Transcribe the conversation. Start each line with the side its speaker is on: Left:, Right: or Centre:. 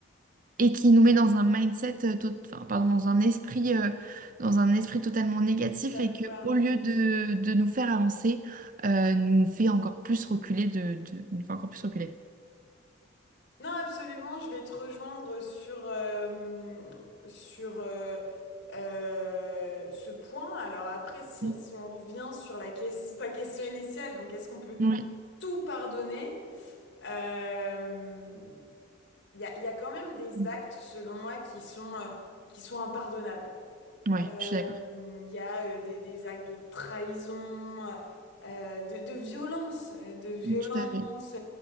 Right: et qui nous met dans un mindset, euh, tot- enfin, pardon, dans un esprit, euh, dans un esprit totalement négatif
Left: Un étal,
Right: et que
Left: ouais, un
Right: au
Left: étal.
Right: lieu de, de nous faire avancer, euh, nous fait encore plus reculer de, de- nous fait encore plus reculer.
Left: Non, absolument, je vais te rejoindre sur, euh, sur euh, euh, ce point. Alors après, si,
Right: Mm.
Left: si on revient sur la question, ta question initiale, donc est-ce qu'on peut
Right: Oui,
Left: tout pardonner? Euh, Il y a, il y a quand même des
Right: Mm.
Left: actes, selon moi, qui sont, euh, qui sont impardonnables.
Right: ouais,
Left: Euh,
Right: je suis d'accord.
Left: Il y a euh, des, des actes de trahison, euh, euh, de, de violence, euh, de violence,
Right: Mm, Tout à fait.